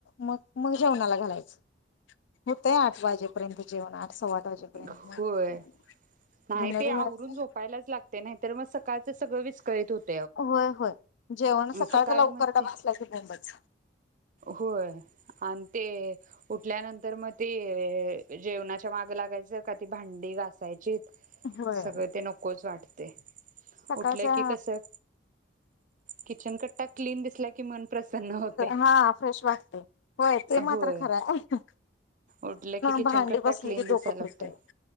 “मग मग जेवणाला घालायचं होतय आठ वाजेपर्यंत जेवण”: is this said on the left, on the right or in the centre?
Left